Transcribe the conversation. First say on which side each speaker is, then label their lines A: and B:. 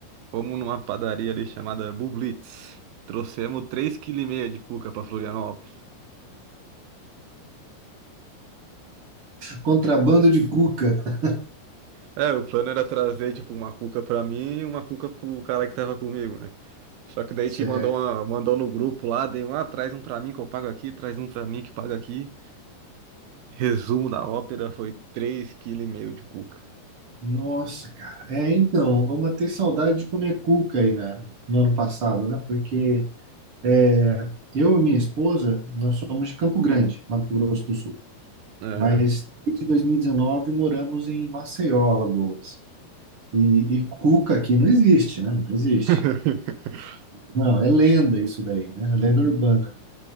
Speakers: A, on the right; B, on the right.
A: Fomos numa padaria ali chamada Bublitz. Trouxemos 3,5 kg de cuca pra Florianópolis.
B: Contrabando de cuca.
A: É, o plano era trazer, tipo, uma cuca pra mim e uma cuca pro cara que tava comigo, né? Só que daí
B: Certo.
A: te mandou, uma, mandou no grupo lá, dei um, ah, traz um pra mim que eu pago aqui, traz um pra mim que paga aqui. Resumo da ópera foi 3,5 kg de cuca.
B: Nossa, cara. É, então, vamos ter saudade de comer cuca aí na, no ano passado, né? Porque é, eu e minha esposa, nós somos de Campo Grande, Mato Grosso do Sul.
A: Aham.
B: Mas desde 2019 moramos em Maceió, Alagoas. E, e cuca aqui não existe, né? Não existe.
A: <laughs>
B: Não, é lenda isso daí, né? É Lenda urbana.